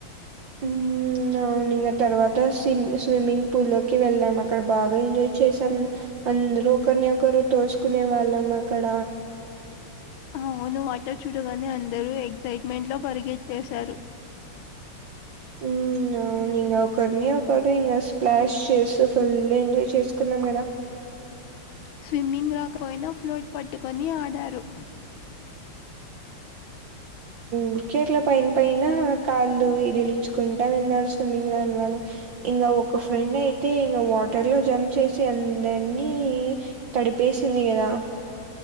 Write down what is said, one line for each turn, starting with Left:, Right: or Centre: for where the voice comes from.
Right: మ్మ్ అవును, ఇంగ తర్వాత స్విమ్ స్విమ్మింగ్ పూల్ లోకి వెళ్ళాం. అక్కడ బాగా ఎంజాయ్ చేసాం. అందలొ ఒకరినొకరు తోసుకునే వాళ్ళం అక్కడ
Left: అవును వాటర్ చూడగానే అందరుూ ఎక్సైట్మెంట్ లో పరిగెట్టేశారు.
Right: మ్మ్ అవును ఇంక ఒకరిని ఒకరు ఇంకా స్ప్లాష్ చేసి ఫుల్ ఎంజాయ్ చేసుకున్నాం కదా
Left: స్విమ్మింగ్ రాకపోయినా ఫ్లోట్ పట్టుకొని ఆడారు.
Right: ఉరికే అట్లా పైన పైనా కాళ్ళు ఇదిలిచ్చుకుంటా వెళ్ళారూ. స్విమ్మింగ్ రాని వాళ్ళు ఇంగా ఒక్క ఫ్రెండ్ అయితే ఇంగ వాటర్ లో జంప్ చేసి అందర్నీ తడిపేసింది కదా